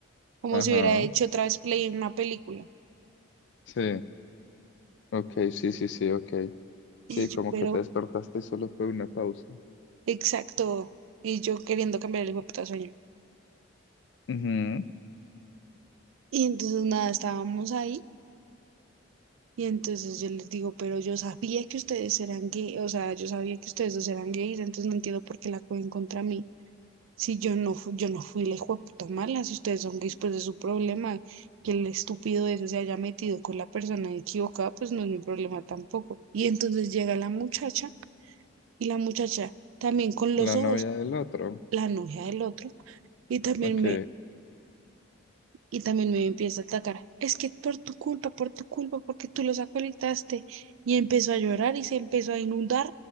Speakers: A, on the right; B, on the left.
A: como
B: ajá.
A: si hubiera hecho otra vez play en una película.
B: Sí, ok, sí, sí, sí, ok.
A: Y
B: Sí,
A: yo,
B: como
A: pero,
B: que te despertaste y solo fue una pausa.
A: exacto, y yo queriendo cambiar el hijo sueño.
B: Ujú,
A: Y entonces nada, estábamos ahí Y entonces yo les digo, pero yo sabía que ustedes eran gay, o sea, yo sabía que ustedes dos eran gays, entonces no entiendo por qué la cogen contra mí. Si yo no, fu- yo no fui la hijueputa mala, si ustedes son gays, pues es su problema. Que el estúpido ese se haya metido con la persona equivocada, pues no es mi problema tampoco. Y entonces llega la muchacha, y la muchacha también con
B: La
A: los ojos,
B: novia del otro.
A: la novia del otro, y también
B: Ok.
A: me, Y también me empieza a atacar. Es que por tu culpa, por tu culpa, porque tú los acolitaste. Y empezó a llorar y se empezó a inundar